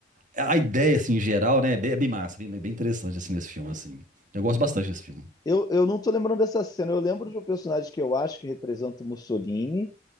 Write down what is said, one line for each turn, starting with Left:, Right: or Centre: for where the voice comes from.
Right: a ideia assim em geral, né, é bem, é bem massa, bem, bem interessante assim nesse filme assim. Eu gosto bastante desse filme.
Left: Eu, eu não tô lembrando dessa cena. Eu lembro de um personagem que eu acho que representa o Mussolini.